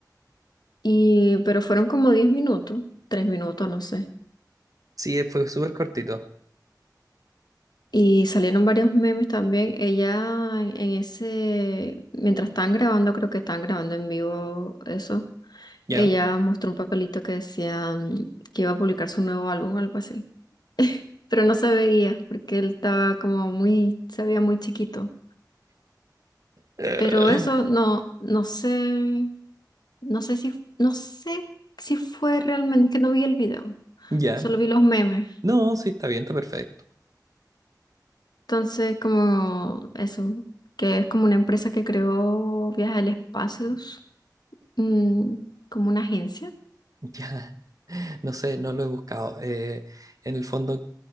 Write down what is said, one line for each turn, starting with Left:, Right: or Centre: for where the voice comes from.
Left: Y, pero fueron como 10 minutos, 3 minutos, no sé.
Right: Sí, eh, fue súper cortito.
Left: Y salieron varios memes también. Ella en, en ese, mientras estaban grabando, creo que estaban grabando en vivo eso.
Right: Ya.
Left: Ella mostró un papelito que decía mm, que iba a publicar su nuevo álbum o algo así. Pero no se veía porque él estaba como muy, se veía muy chiquito.
Right: Eh,
Left: Pero eso no, no sé, no sé si, no sé si fue realmente, es que no vi el video,
Right: Ya.
Left: solo vi los memes.
Right: No, sí, está bien, está perfecto.
Left: Entonces, como eso, que es como una empresa que creó Viajes al Espacio, mm, como una agencia.
Right: <laughs> Ya. No sé, no lo he buscado. Eh, en el fondo,